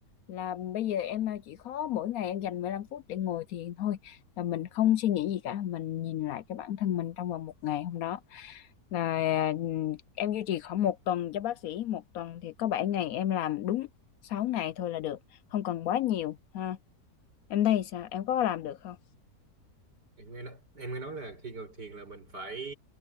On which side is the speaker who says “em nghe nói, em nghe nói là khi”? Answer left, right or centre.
Right